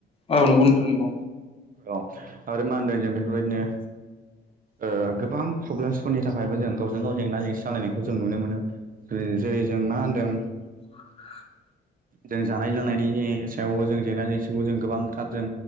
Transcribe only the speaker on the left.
औ नंगौ नोंथां नगौ।
<inaudible>